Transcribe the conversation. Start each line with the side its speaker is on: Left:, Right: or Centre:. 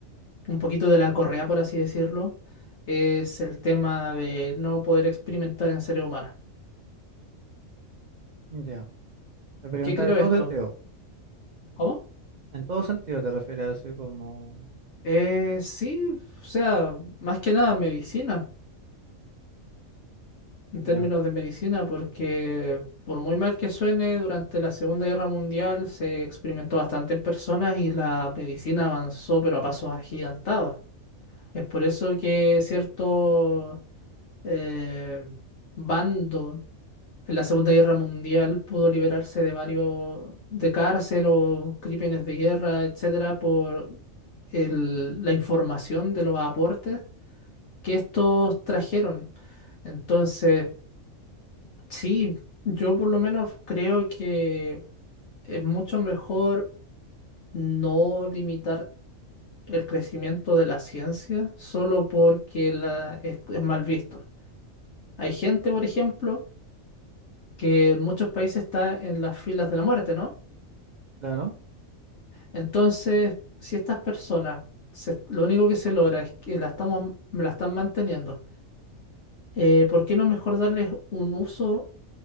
Left: un poquito de la correa, por así decirlo, es el tema de no poder experimentar en seres humanos.
Right: Ya, Experimentar
Left: ¿Por ¿Qué creo
Right: en todo
Left: esto?
Right: sentido,
Left: ¿Cómo?
Right: en todo sentido te refieres así como,
Left: Eh, sí, o sea, más que nada medicina, en
Right: ya,
Left: términos de medicina, porque por muy mal que suene, durante la Segunda Guerra Mundial se experimentó bastante en personas y la medicina avanzó, pero a pasos agigantados. Es por eso que cierto eh, bando en la Segunda Guerra Mundial pudo liberarse de varios de cárcel o crímenes de guerra, etcétera, por el- la información de los aportes que estos trajeron. Entonces, sí, yo por lo menos creo que es mucho mejor no limitar el crecimiento de la ciencia solo porque la, es es mal visto. Hay gente, por ejemplo, que en muchos países está en las filas de la muerte, ¿no?
Right: claro.
Left: Entonces, si estas personas, se- lo único que se logra es que la estamos, la están manteniendo, eh, ¿por qué no mejor darles un uso